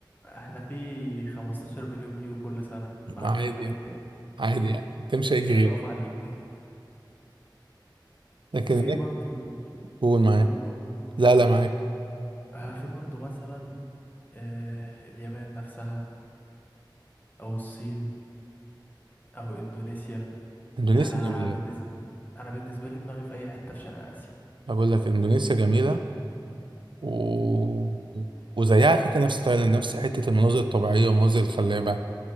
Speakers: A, on the left; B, on the right.
A: احنا في 15 مليون بيجوا كل سنة مع
B: عادي
A: انك ما جيت
B: يعني
A: تاني
B: عادي
A: مم.
B: يعني تمشي هيجي
A: مش
B: غيري
A: هتقف عليك
B: لكن
A: وفي
B: هناك
A: برضو
B: قول معاك
A: قول قول
B: لا لا معاك
A: آه في برضو مثلا آه اليابان نفسها او الصين او اندونيسيا
B: اندونيسيا
A: يعني انا
B: جميلة
A: بالنسبه انا بالنسبه لي دماغي في اي حته في شرق اسيا
B: بقول لك اندونيسيا جميلة و... وزيها على فكرة نفس تايلاند نفس حتة المناظر الطبيعية والمناظر الخلابة